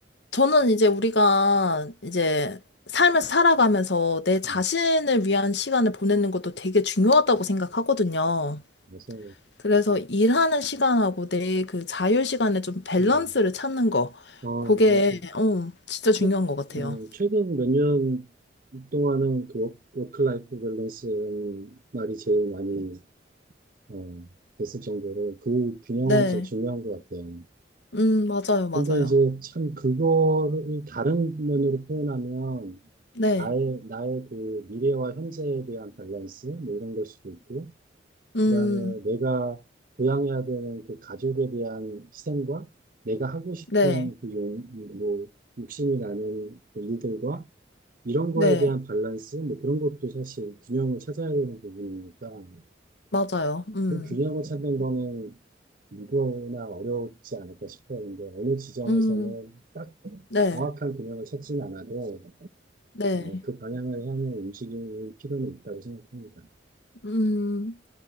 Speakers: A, on the left; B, on the right.
A: 저는 이제 우리가 이제 삶을 살아가면서 내 자신을
B: 음,
A: 위한 시간을 보내는 것도 되게 중요하다고 생각하거든요.
B: 그래서,
A: 그래서 일하는 시간하고 내 그 자유 시간에 좀 밸런스를
B: 음,
A: 찾는 거.
B: 어,
A: 그게,
B: 맞아.
A: 어, 진짜
B: 최,
A: 중요한 것 같아요.
B: 어, 최근 몇 년 동안은 그 워크, 워크라이프 밸런스라는 말이 제일 많이, 어, 됐을 정도로 그 균형은
A: 네.
B: 진짜 중요한 것 같아요.
A: 음, 맞아요, 맞아요.
B: 근데 이제 참 그거를 다른 면으로 표현하면
A: 네.
B: 나의, 나의 그 미래와 현재에 대한 밸런스, 뭐 이런 걸 수도 있고,
A: 음,
B: 그다음에 내가 부양해야 되는 그 가족에 대한 희생과 내가 하고 싶은
A: 네.
B: 그 용, 뭐, 욕심이 나는 그 일들과 이런
A: 네.
B: 거에 대한 밸런스, 뭐 그런 것도 사실 균형을 찾아야 되는 부분이니까
A: 맞아요. 음,
B: 그 균형을 찾는 거는 누구나 어렵지 않을까 싶어요. 근데 어느 지점에서는
A: 음,
B: 딱
A: 네.
B: 정확한 균형을 찾진 않아도
A: 네.
B: 어, 그 방향을 향해 움직이는 필요는 있다고 생각합니다.
A: 음.